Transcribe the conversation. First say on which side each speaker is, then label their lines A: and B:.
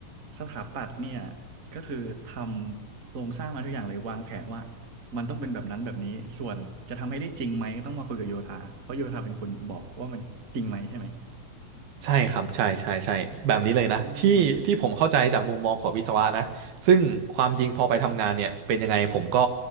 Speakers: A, on the right; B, on the right.
A: สถาปัตย์เนี่ยก็คือทำโครงสร้างมาทุกอย่างเลยวางแผนว่ามันต้องเป็นแบบนั้นแบบนี้ส่วนจะทำให้ได้จริงไหมก็ต้องมาคุยกับโยธาเพราะโยธาเป็นคนบอกว่ามันจริงไหมใช่ไหม
B: ใช่ครับใช่ใช่ใช่แบบนี้เลยนะที่ที่ผมเข้าใจจากมุมมองของวิศวะนะซึ่งความจริงพอไปทำงานเนี่ยเป็นยังไงผมก็
A: อ่า